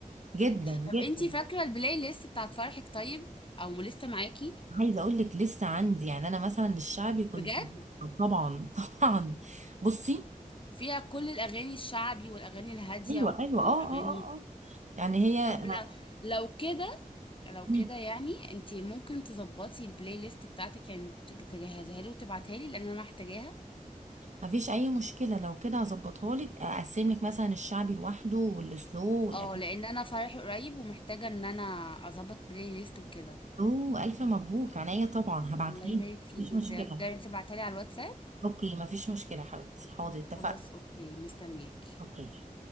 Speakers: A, on the right; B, on the left.
A: جدا
B: طب
A: جدا
B: انتي فاكره البلاي ليست بتاعت فرحك طيب او لسه معاكي
A: عايزه اقول لك لسه عندي يعني انا مثلا الشعبي كنت
B: بجد
A: طبعا <laughs> طبعا بصي
B: فيها كل الاغاني الشعبي والاغاني الهاديه
A: ايوه ايوه
B: والاغاني
A: اه اه اه اه يعني هي
B: طب
A: أنا-
B: لو لو كده لو
A: مم.
B: كده يعني انت ممكن تظبطي البلاي ليست بتاعتك يعني تج- تجهزها لي وتبعتها لي لان انا محتاجاها
A: مفيش اي مشكله لو كده هظبطها لك اقسم لك مثلا الشعبي لوحده والسلو والأجنبي
B: اه لان انا فرحي قريب ومحتاجه ان انا اظبط بلاي ليست وكده
A: اوه الف مبروك عينيا طبعا هبعتها
B: الله يبارك
A: لك
B: فيكي
A: مفيش مشكله
B: ت- تقدري تبعتها لي على الواتساب
A: اوكي مفيش مشكله يا حبيبتي حاضر اتفقنا
B: خلاص اوكي مستنياكي
A: اوكي